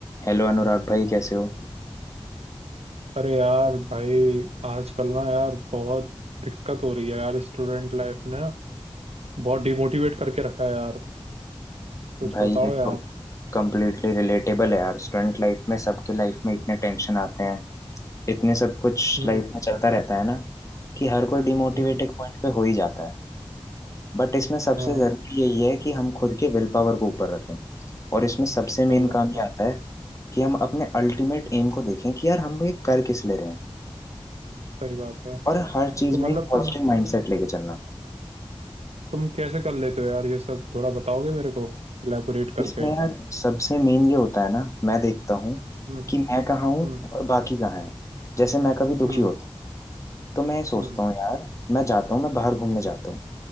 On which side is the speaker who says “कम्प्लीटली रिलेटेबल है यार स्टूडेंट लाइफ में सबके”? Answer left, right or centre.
Left